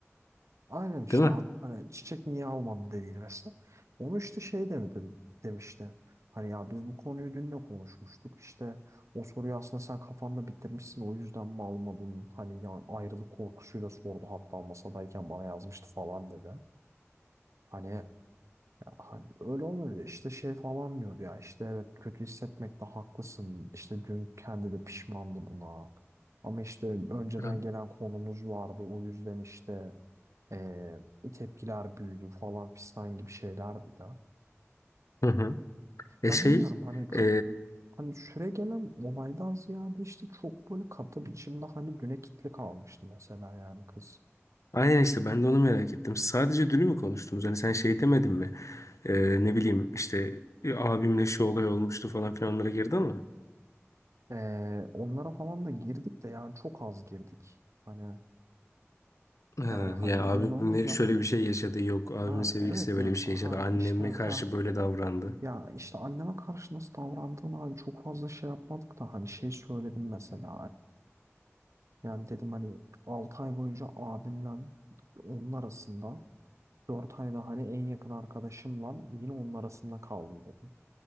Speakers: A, on the right; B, on the left.
A: aynen işte
B: Değil mi?
A: abi hani çiçek niye almadın dediydi mesela. Onu işte şey demedim demişti. Hani ya biz bu konuyu dün de konuşmuştuk işte o soruyu aslında sen kafanda bitirmişsin o yüzden mi almadın? Hani ya ayrılık korkusuyla sordu hatta masadayken bana yazmıştı falan dedi. Hani Hani öyle olunca işte şey falan diyordu ya işte evet kötü hissetmekte haklısın işte dün kendi de pişmandı buna ama işte önceden
B: Hı
A: gelen konumuz vardı o yüzden işte eee, tepkiler büyüdü falan fistan gibi şeylerdi de.
B: hı. Hı. E
A: Ya
B: şey,
A: bilmiyorum hani
B: e,
A: çok hani süre gelen olaydan ziyade işte çok böyle katı biçimde hani güne kitli kalmıştı mesela yani kız.
B: Aynen işte ben de onu merak ettim. Sadece dünü mü konuştunuz? Hani sen şey demedin mi? Ee, ne bileyim işte "E, abimle şu olay olmuştu falan filan onlara girdi ama.
A: Eee, onlara falan da girdik de yani çok az girdik. Hani
B: Ha,
A: yani hani
B: ya abimle
A: öyle olunca
B: şöyle
A: hani
B: bir şey yaşadı yok. Abimin
A: Ha
B: sevgilisiyle
A: evet ya
B: böyle bir şey
A: ha
B: yaşadı. Anneme
A: işte ha
B: karşı böyle davrandı.
A: ya işte anneme karşı nasıl davrandığını hani çok fazla şey yapmadık da hani şey söyledim mesela e, yani dedim hani 6 ay boyunca abimle onun arasında 4 ayda hani en yakın arkadaşımla yine onun arasında kaldım dedim.